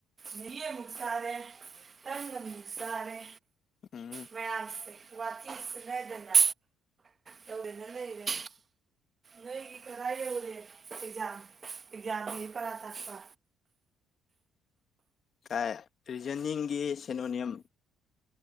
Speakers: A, on the right; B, on the left.
A: ꯃꯦꯒꯤ ꯑꯃꯨꯛ ꯆꯥꯔꯦ ꯇꯟ ꯑꯃꯨꯛ ꯆꯥꯔꯦ
B: ꯎꯝ
A: ꯃꯌꯥꯝꯁꯦ ꯋꯥꯊꯤ ꯁꯨꯅꯗꯅ ꯇꯧꯗꯅ ꯂꯩꯔꯦ ꯅꯣꯏꯒꯤ ꯀꯗꯥꯏ ꯌꯧꯔꯦ ꯑꯦꯛꯖꯥꯝ ꯑꯦꯛꯖꯥꯝꯒꯤ ꯄꯔꯥ ꯇꯥꯛꯄ
B: ꯀꯥꯏ ꯔꯤꯖꯅꯤꯡꯒꯤ ꯁꯦꯅꯣꯅꯤꯌꯝ